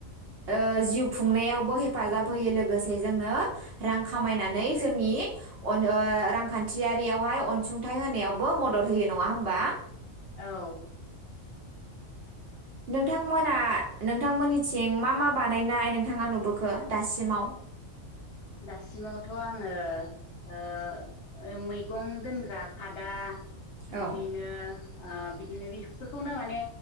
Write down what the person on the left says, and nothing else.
औ
औ।
दासिमावथ' आङो ओ ओ मैगं दोनग्रा खादा बिदिनो
ओ बिदिनो बेफोरखौनो माने